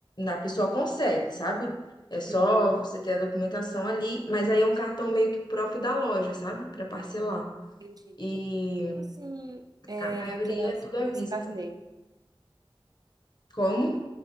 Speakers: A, on the left; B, on the right.
A: a pessoa consegue, sabe? É só
B: Uhum.
A: você ter a documentação ali, mas aí é um cartão meio que próprio da loja, sabe? Pra parcelar.
B: Entendi.
A: E
B: Assim, é
A: a maioria
B: aquelas,
A: é tudo
B: aqueles
A: à vista.
B: carnês.
A: Como?